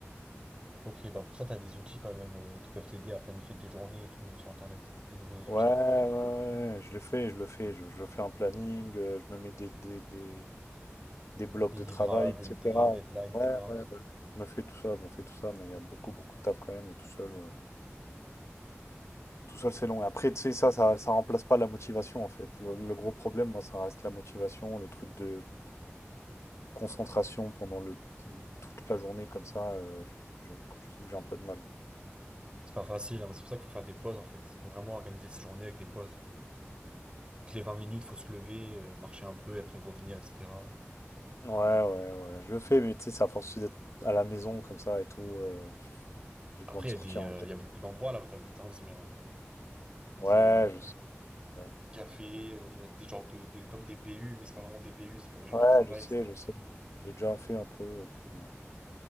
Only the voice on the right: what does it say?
Ok, bah pour ça, t'as des outils quand même euh, qui peuvent t'aider à planifier tes journées et tout euh, sur Internet. Des nouveaux outils.
Des
livrables,
des deadlines,
etc.
C'est pas facile, hein, mais c'est pour ça qu'il faut faire des pauses en fait. Faut vraiment organiser ses journées avec des pauses. Toutes les 20 minutes, faut se lever, euh, marcher un peu et après revenir, etc.
Après,
il
y a des, euh,
il y a beaucoup d'endroits là où t'habites, hein, aux Émirats. Il
y a des,
euh,
des cafés, euh, il y a des genres de, de- comme des BU, mais c'est pas vraiment des BU, c'est pour les gens
qui
travaillent,
etc.